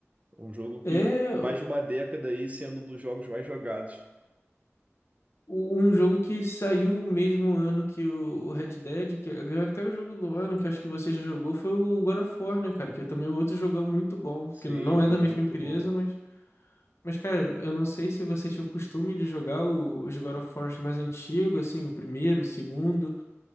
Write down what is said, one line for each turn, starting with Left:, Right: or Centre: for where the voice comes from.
Right: É um jogo
Left: É.
Right: que mais de uma década aí sendo um dos jogos mais jogados.
Left: o- um jogo que saiu o mesmo ano que o, o Red Dead, que ganhou até o jogo do ano, que acho que você já jogou, foi o God of War, né, cara? Que é também outro jogão muito bom,
Right: Sim,
Left: que não
Right: jogo
Left: é da mesma
Right: muito
Left: empresa,
Right: bom.
Left: mas. Mas, cara, eu não sei se você tinha o costume de jogar o- os God of War mais antigos, assim, o primeiro, o segundo.